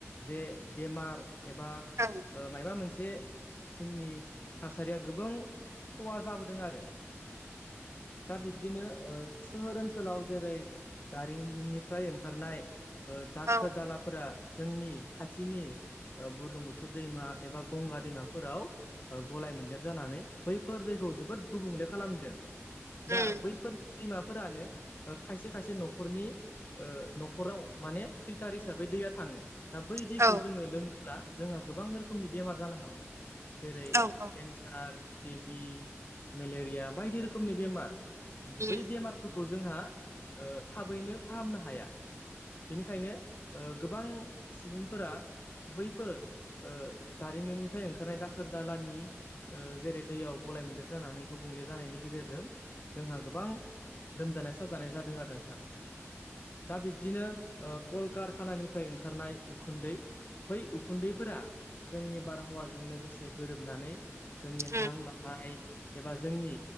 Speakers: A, on the left; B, on the right.
A: जे बेमार एबा
B: औ
A: ओ मायबा मोनसे जोंनि थासारिया गोबां खहा जाबोदों आरो दा बिब्दिनो ओ सोहोर ओनसोलाव जेरै दारिमिननिफ्राय ओंखारनाय दाखोर
B: औ
A: दालाफोरा जोंनि खाथिनि बुरलुंबुथुर दैमा एबा गंगा दैमाफोराव गलाय मोनदेर जानानै बैफोर दैैखौ जोबोद गुबुंले खालामदों
B: उम
A: दा बैफोर दैमाफोरानो खायसे खायसे न'खरनि ओ न'खराव माने फिल्टार हिसाबै दैया थाङो दा बै दैखौ
B: औ
A: जोङो लोङोब्ला जोंहा गोबां रोखोमनि बेमार जानो हागौ जेरै
B: औ औ
A: केन्सार टि बि मेलेरिया बायदि रोखोमनि बेमार
B: उम
A: बै बेमारफोरखौ जोंहा ओ थाबैनो फाहामनो हाया बेनिखायनो ओ गोबां सुबुंफोरा बैफोर ओ दारिमिननिफ्राय ओंखारनाय दाखोर दालानि जेरै दैयाव गलाय मोन्देर जानानै गुबुंले जानायनि गेजेरजों जोंहा गोबां लोमजानाय साजानाय जादों आरो नोंथां दा बिब्दिनो ओ कलकारखानानिफ्राय ओंखारनाय उखुन्दै बै उखुन्दैफोरा जोंनि बारहावाजों लोगोसे गोरोबनानै जोंनि
B: उम
A: हां लानाय एबा जोंनि